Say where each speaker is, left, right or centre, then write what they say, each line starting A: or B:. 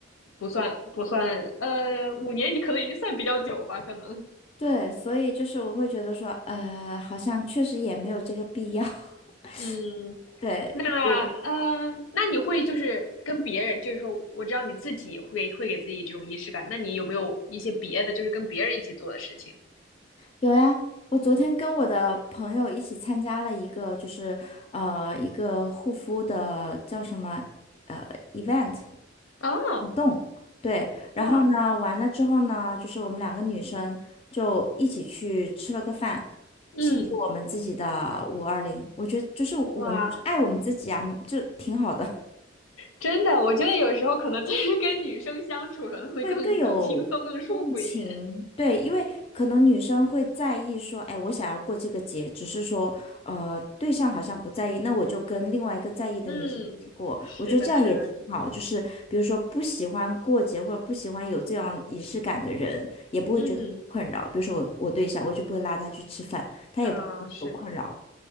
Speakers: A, on the left; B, on the left.
A: 不算不算，呃，五年你可能已经算比较久吧，可能，
B: 对，所以就是我会觉得说，呃，好像确实也没有这个必要。<laughs>
A: 嗯，
B: 对，
A: 那呃，
B: 我
A: 那你会就是跟别人，就是说，我知道你自己会会给自己这种仪式感，那你有没有一些别的，就是跟别人一起做的事情？
B: 有呀，我昨天跟我的朋友一起参加了一个，就是呃一个护肤的叫什么呃 event，
A: 哦，
B: 动，对，然后呢，
A: 哇，
B: 完了之后呢，就是我们两个女生就一起去吃了个饭，
A: 嗯，
B: 庆祝我们自己的五二零。我觉得就是我们就是爱我们自己啊，
A: 哇，
B: 就挺好的。
A: 真的，我觉得有时候可能就是跟女生相处可能会更更轻松、
B: 会更有共情，
A: 更舒服一点。
B: 对，因为可能女生会在意说，哎，我想要过这个节，只是说，呃，对象好像不在意，那我就跟另外一个在意的女生一起过，
A: 嗯，是的，
B: 我觉得这样也挺好。
A: 是的，是的，
B: 就是比如说不喜欢过节或者不喜欢有这样仪式感的人，也不会觉得有困扰。
A: 嗯，
B: 比如说我我对象，我就不会拉他去吃饭，他也不会觉得有困扰。
A: 啊、是，